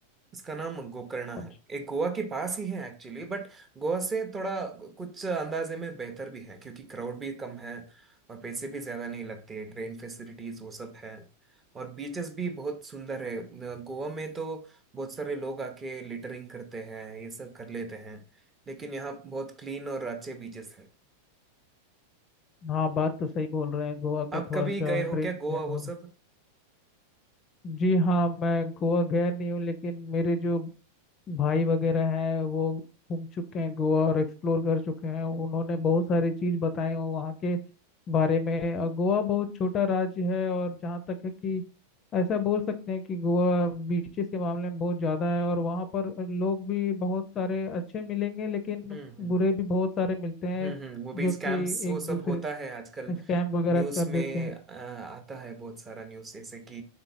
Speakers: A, on the right; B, on the left.
A: इसका नाम गोकर्णा
B: अच्छा
A: है एक गोवा के पास ही है एक्चुअली बट गोवा से थोड़ा कुछ अंदाजे में बेहतर भी है क्योंकि क्राउड भी कम है और पैसे भी ज्यादा नहीं लगते ट्रेन फैसिलिटीज वो सब है और बीचेस भी बहुत सुंदर है न- गोवा में तो बहुत सारे लोग आके लिटरिंग करते हैं ये सब कर लेते हैं लेकिन यहाँ बहुत क्लीन और अच्छे बीचेस हैं
B: हाँ बात तो सही बोल रहे हैं गोवा
A: आप
B: का थोड़ा
A: कभी
B: सा
A: गए हो
B: ड्रिंक
A: क्या गोवा
B: एंड वो
A: वो सब
B: जी हाँ मैं गोवा गया नहीं हूँ लेकिन मेरे जो भाई वगैरह हैं वो घूम चुके हैं गोवा और एक्सप्लोर कर चुके हैं उन्होंने बहुत सारी चीज बताई हैं वहाँ के बारे में और गोवा बहुत छोटा राज्य है और जहाँ तक है कि ऐसा बोल सकते हैं कि गोवा बीचेस के मामले में बहुत ज़्यादा है और वहाँ पर लोग भी बहुत सारे अच्छे मिलेंगे लेकिन
A: हम्म हम्म
B: बुरे भी बहुत सारे मिलते हैं
A: हम्म हम्म, वो भी
B: जो
A: स्कैम्स
B: कि
A: वो
B: एक
A: सब
B: दूसरे
A: होता है आजकल
B: स्कैम वगैरह
A: न्यूज़
B: कर
A: में
B: देते हैं
A: अ, आता है बहुत सारा न्यूज़ जैसे कि